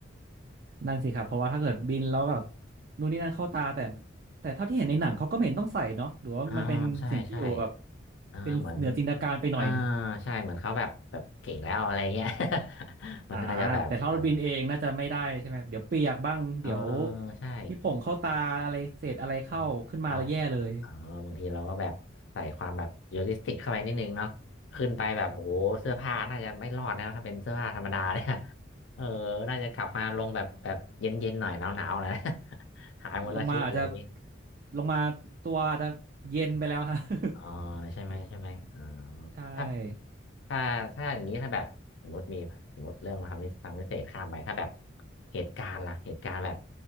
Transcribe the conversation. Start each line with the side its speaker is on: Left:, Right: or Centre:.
Right: นั่นสิครับเพราะว่าถ้าเกิดบินแล้วแบบนู่นนี่นั่นเข้าตาแต่แต่เท่าที่เห็นในหนังเขาก็ไม่เห็นต้องใส่เนาะหรือว่ามันเป็นสิ่งที่อยู่แบบ
Left: อ่าใช่ใช่อ่าเหมือน
Right: เป็นเหนือจินตนาการไปหน่อย
Left: อ่าใช่เหมือนเขาแบบแบบเก่งแล้วอะไรเงี้ย <laughs> มันน่าจะแบบเออ
Right: อ่าแต่ถ้าเราบินเองน่าจะไม่ได้ใช่ไหมเดี๋ยวเปียกบ้างเดี๋ยว
Left: เออใช่
Right: ที่ผงเข้าตาอะไรเศษอะไรเข้าขึ้นมาแล้วแย่เลย
Left: อืมเราเออบางทีเราก็แบบใส่ความแบบเรียลลิสติกเข้าไปนิดนึงเนาะขึ้นไปแบบโอ้โหเสื้อผ้าน่าจะไม่รอดนะถ้าเป็นเสื้อผ้าธรรมดาเนี่ย <laughs> เออน่าจะกลับมาลงแบบแบบเย็นๆหน่อยหนาวๆหน่อยนะ <laughs>
Right: <laughs>
Left: หายหมดละชุดอะไรอย่างงี้
Right: ลงมาอาจจะลงมาตัวอาจจะเย็นไปแล้วฮะ <laughs>
Left: อ๋อใช่ไหมใช่ไหมอ๋อ
Right: ใช่
Left: ถ้า ถ้าถ้าอย่างนี้ถ้าแบบสมมติมีสมมติเรื่องทำพิทำพิเศษข้ามไปถ้าแบบเหตุการณ์ล่ะเหตุการณ์แบบ